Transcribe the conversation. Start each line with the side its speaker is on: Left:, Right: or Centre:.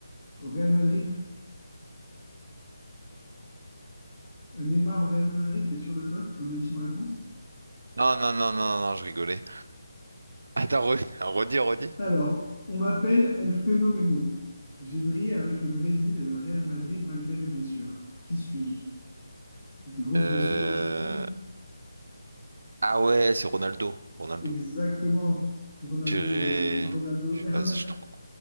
Left: Au Real Madrid? Euh, Neymar au Real de Madrid, t'es sûr de toi? C'est ton ultime réponse?
Right: Non, non, non, non, non, je rigolais. Attends, re- <laughs> redis, redis.
Left: Alors, on m'appelle El Phénoméno. J'ai brillé avec le Brésil et le Real Madrid malgré mes blessures. Qui suis-je? Des grosses
Right: Euh...
Left: blessures au genou.
Right: Ah ouais, c'est Ronaldo. Ronaldo.
Left: Exactement. Ronaldo,
Right: Purée.
Left: euh, Ronaldo
Right: Je-
Left: R9.
Right: Vas-y, je suis trop.